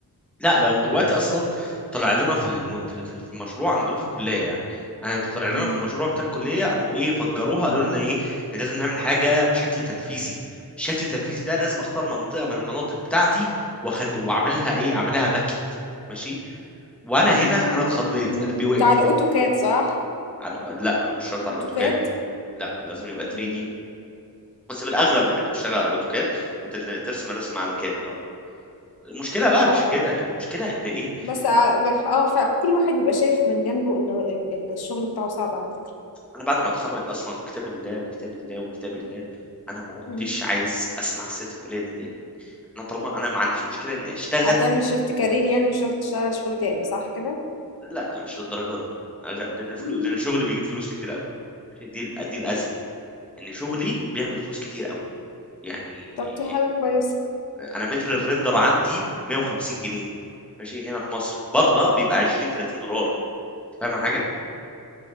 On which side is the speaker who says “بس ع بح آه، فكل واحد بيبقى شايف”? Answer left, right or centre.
Left